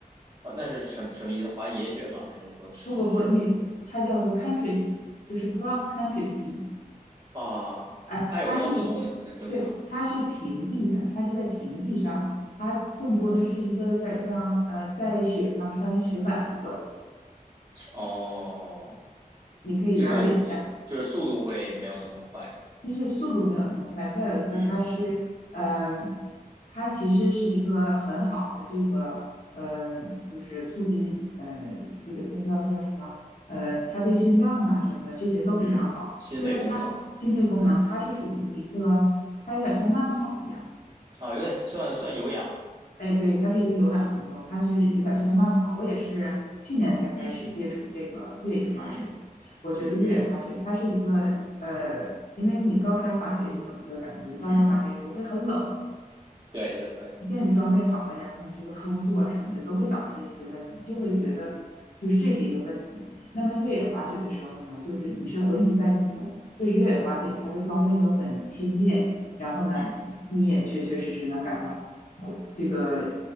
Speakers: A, on the right; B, on the left.
A: 哦，那是什么什么意思？滑野雪吗？还是说是是什么？
B: 不不不，你它叫做 c o u n t r y s 就是 cross country ski，
A: 啊，
B: 哎，
A: 它有什么不同呢？
B: 它是一个，
A: 跟正常的？
B: 对，它是平地的，它是在平地上，它更多的是一个有点像呃在雪上穿着雪板走，
A: 哦，
B: 你可以了解一下。
A: 就是就就是速度会没有那么快，
B: 一是速度没有那么快，再有一个它是，
A: 嗯
B: 嗯、它其实是一个很好的这个，呃，就是促进，呃，这个它叫叫什么，呃，它对心脏啊什么的这些都非常好，
A: 嗯，心肺功能，
B: 就是它心肺功能，
A: 嗯
B: 它是属于一个，它有点像慢跑一样。
A: 啊，有点算算有氧，
B: 哎，对，它是一个有氧运动，它是有点像慢跑。
A: 嗯
B: 我也是去年才开始接触这个越野滑雪。
A: 嗯嗯
B: 我觉得越野滑雪它是一个呃，
A: 嗯嗯
B: 因为你高山滑雪，你有一个感觉，高山滑雪你就会很冷，
A: 嗯嗯，对对对，
B: 一旦你装备好了，然后你这个风速啊什么的都会导致一些问题，你就会觉得就是这是一个问题。那么越野滑雪的时候呢，就是你是浑身在运动，所以越野滑雪它的装备都很轻便，然后呢，
A: 嗯
B: 你也确确实实能感到这个